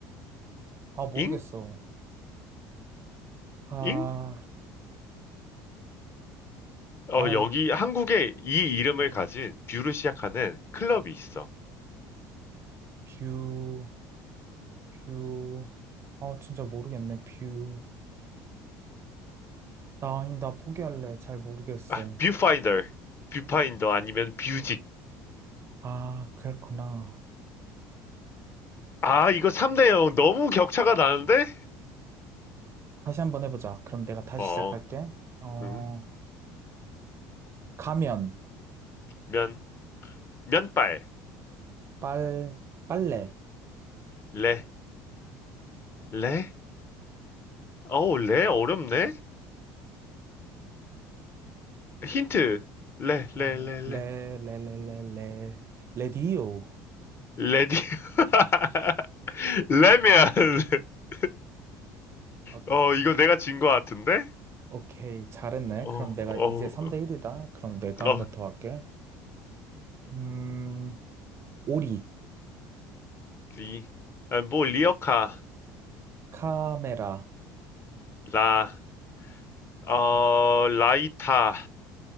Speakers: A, on the right; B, on the left.
A: 아, 모르겠어.
B: 잉?
A: 아,
B: 잉? 어
A: 아,
B: 여기 한국에 이 이름을 가진 뷰를 시작하는 클럽이 있어.
A: 뷰, 뷰. 아, 진짜 모르겠네. 뷰. 나 아니, 나 포기할래. 잘 모르겠어.
B: 아 뷰파인더. 뷰파인더 아니면 뷰직.
A: 아, 그랬구나.
B: 아 이거 3대 0 너무 격차가 나는데?
A: 다시 한번 해보자. 그럼 내가 다시
B: 어.
A: 시작할게. 어,
B: 음.
A: 가면,
B: 면 면발.
A: 빨, 빨래.
B: 레. 레. 어우 레 어렵네. 힌트. 레
A: 어,
B: 레 레
A: 레,
B: 레.
A: 레, 레, 레, 레, 레디오.
B: 레디. <laughs> 레미안. <laughs>
A: 오케이.
B: 어, 이거 내가 진 거 같은데?
A: 오케이. 잘했네.
B: 어,
A: 그럼 내가
B: 어,
A: 이제 3대 1이다. 그럼 내가 한번
B: 어,
A: 더 할게. 음, 오리,
B: 리. 아, 뭐, 리어카.
A: 카메라,
B: 라. 어, 라이타.